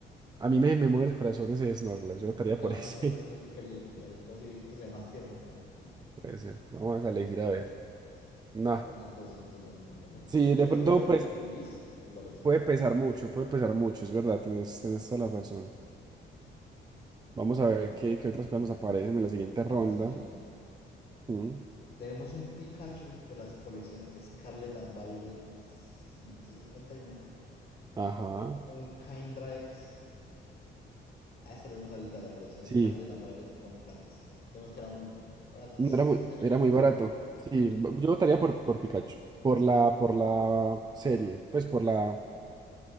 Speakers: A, on the right; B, on the left.
A: a mí me, me mueve el corazón ese Snorlax.
B: ok.
A: Yo votaría
B: Y
A: por
B: además
A: ese.
B: Snorlax
A: <laughs>
B: es muy querido. Y algo así viejito se ve más tierno también.
A: Por ese. Vamos a elegir
B: Ujú.
A: a ver. No.
B: Apenas doscientos veintiún dólares.
A: Sí,
B: Es que
A: de
B: yo creo
A: pronto,
B: que lo de
A: pues.
B: pre-release es valioso.
A: Puede pesar mucho, puede pesar mucho, es verdad, tienes, tienes toda la razón. Vamos
B: Pero Bueno,
A: a ver qué, qué
B: vamos,
A: otras cosas nos
B: vamos
A: aparecen
B: mejorando.
A: en la siguiente ronda.
B: Va a la siguiente.
A: Mm,
B: Tenemos un Pikachu de la colección Scarlet and Violet 151
A: Ajá.
B: o Un Caindrax. Ah, este lo vimos ahorita, de la colección
A: Sí,
B: Scarlet and Violet Promo Cards. vimos que era muy barato,
A: no era muy,
B: pero este Pikachu
A: era muy
B: puede
A: barato.
B: ser muy bueno.
A: Sí,
B: El Pi-
A: b- yo votaría por, por Pikachu, por la, por la serie, pues por la